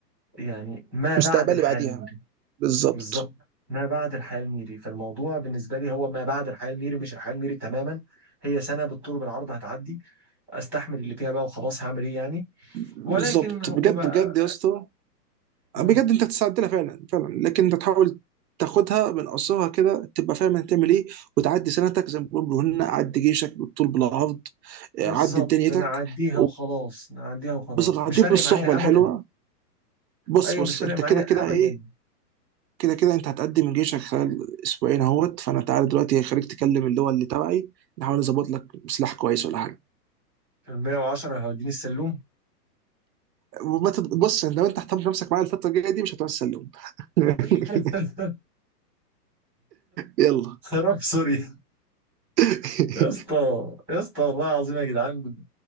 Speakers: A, in the centre; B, on the right.
A: يعني ما
B: مستقبلي
A: بعد الحياة
B: بعديها
A: الميري
B: بالظبط
A: بالظبط ما بعد الحياة الميري فالموضوع بالنسبة لي هو ما بعد الحياة الميري مش الحياة الميري تماما هي سنة بالطول بالعرض هتعدي استحمل اللي فيها بقى وخلاص هعمل ايه يعني
B: بالظبط
A: ولكن هو
B: بجد
A: بقى
B: بجد يا اسطى
A: مم.
B: بجد انت تستعدلها فعلا فعلا لكن انت تحاول تاخدها من قصرها كده تبقى فاهم هتعمل ايه وتعدي سنتك زي ما بيقولوا هنا عدي جيشك بالطول بالعرض آه،
A: بالظبط
B: عدي دنيتك
A: نعديها
B: و-
A: وخلاص نعديها وخلاص
B: بالظبط عدي
A: مش فارق
B: بالصحبه
A: معايا
B: الحلوه
A: ابدا
B: بص
A: ايوه
B: بص
A: مش فارق
B: انت
A: معايا
B: كده كده
A: ابدا
B: ايه كده كده انت هتقدم من جيشك خلال اسبوعين اهوت فانا تعالى دلوقتي هخليك تكلم اللي هو اللي تبعي نحاول نظبط لك سلاح كويس ولا حاجه
A: ال 110 هيوديني السلوم
B: وما تت- بص انت لو انت اهتمت نفسك معايا الفتره الجايه دي مش هتعرف تسلم <laughs>
A: <laughs>
B: يلا
A: خراب سوري
B: <laughs>
A: يا اسطى يا اسطى والله العظيم يا جدعان